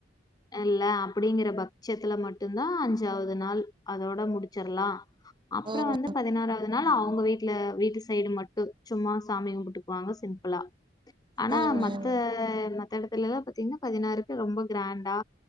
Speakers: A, on the left; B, on the right.
A: எல்லா அப்படிங்கிற பக்சத்துல மட்டும்தான் அஞ்சாவது நாள் அதோட முடிச்சிடலாம் அப்புறம்
B: ம்
A: வந்து பதினாறாவது அதனால அவங்க வீட்டுல வீட்டு சைடு மட்டும் சும்மா சாமி கும்பிட்டுக்குவாங்க சிம்பிளா ஆனா
B: ம்
A: மத்த
B: ம்
A: மத்த இடத்து இல்லாம் பாத்தீங்கன்னா பதினாருக்கு ரொம்ப கிராண்டா